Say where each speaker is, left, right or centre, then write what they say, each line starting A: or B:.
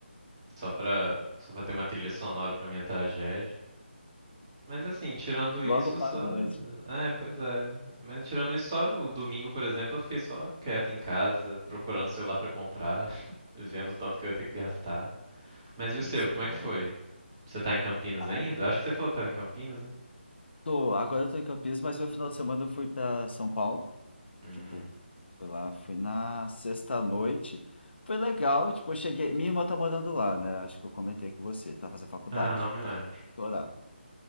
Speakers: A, on the right; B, on the left.
A: só pra, só pra ter uma trilha sonora pra minha tragédia. Mas assim, tirando
B: Logo
A: isso,
B: o
A: só.
B: pagode.
A: É, pois é. Mas tirando isso, só o domingo, por exemplo, eu fiquei só quieto em casa, procurando celular pra comprar, <laughs> vendo o tanto que eu ia ter que gastar. Mas
B: Que
A: e o seu,
B: história.
A: como é que foi? Você tá em Campinas
B: Ah,
A: ainda? Acho que você falou que tava em Campinas, né?
B: tô, agora eu tô em Campinas, mas meu final de semana eu fui para São Paulo.
A: Hum.
B: Tipo, fui lá, fui na sexta-noite. Foi legal, tipo, eu cheguei. Minha irmã tá morando lá, né? Acho que eu comentei com você, tá fazendo faculdade,
A: Ah, não me lembro.
B: tá doutorado.